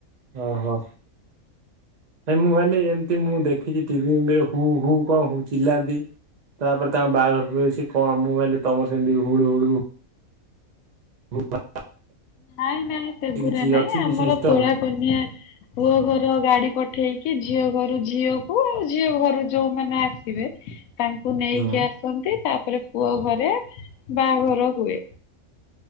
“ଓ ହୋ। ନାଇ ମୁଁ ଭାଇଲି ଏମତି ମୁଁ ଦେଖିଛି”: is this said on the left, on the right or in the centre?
Right